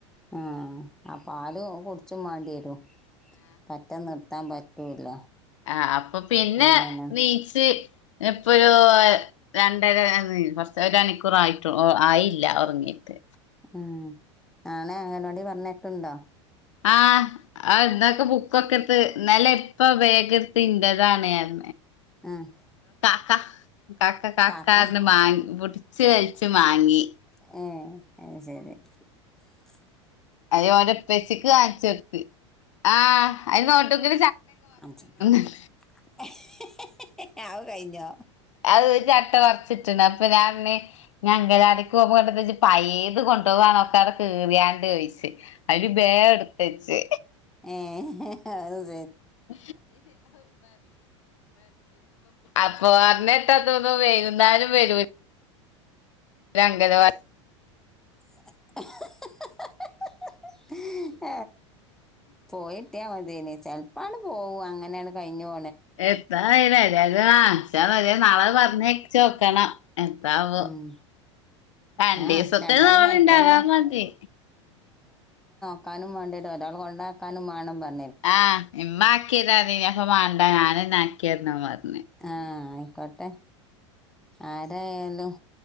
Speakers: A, in the centre; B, on the left.
A: ആഹ് ആ പാൽ കുടിച്ചും വേണ്ടി വരോ <unintelligible> പറ്റൂല്ല
B: ആ അപ്പൊ പിന്നെ
A: അതന്നെ
B: <unintelligible> എപ്പോഴോ രണ്ടര കുറച്ച് ഒരു മണിക്കൂർ ആയിട്ടു ആയില്ല ഉറങ്ങീയിട്ട്
A: ഉം ആ ഞാനെ അങ്ങനവാടി വന്നിട്ടുണ്ടോ
B: ആഹ് ആ എന്നന്തൊക്കെ ബുക്കൊക്കെ എടുത്ത് എന്നാൽ ഇപ്പ <unintelligible> എൻ്റെയാണെ ഞാൻ
A: ആഹ്
B: <unintelligible>
A: കാക്ക
B: മാങ്ങി <unintelligible> കഴിച്ചു വാങ്ങി
A: ആ <unintelligible>
B: അതിന് <unintelligible> കാണിച്ചെടുക്ക ആ <unintelligible> <unintelligible> ചട്ടൊക്കെ
A: കാണിച്ചു.
B: <unintelligible>
A: <inaudible> കഴിഞ്ഞോ
B: അത് ചട്ട വറത്ത <unintelligible> പിന്നെ അങ്കണവാടിക്ക് പോകുമ്പോണ്ട പയ്ത് കൊണ്ടുപോകാനോ ഒക്കെ <unintelligible> <unintelligible> അവര് വേറെ എടുത്തച്ച്
A: ഏഹ്
B: <inaudible> അപ്പൊ അന്ന് ഇട്ട അതൊന്ന് വൈകുന്നേരം വരു അങ്കണനവാടി
A: <inaudible> പോയിട്ടേ മതിന്ന് ചിലപ്പോ അങ്ങട്ട് പോകും അങ്ങനെയാണ് കഴി <inaudible>
B: എത്താ അറിയില്ല നാളെ പറഞ്ഞേ ചോദിക്കണം എന്താവോ
A: ഉം
B: രണ്ട്
A: ആ
B: ദിവസത്തിൽ
A: രണ്ടാള്
B: നമ്മള
A: മെനക്കണ്ട
B: ഇണ്ടാകാന്നു പറഞ്ഞി
A: ആക്കാനും വേണ്ടിട്ട് ഒരാൾ കൊണ്ടാക്കാനും വേണം പറ
B: ആ ഇമ്മ ആക്കിരാനി അപ്പ മേണ്ട ഞാൻ ആക്കി തന്നെ മതി
A: ആ ആയിക്കോട്ടെ ആരായാലും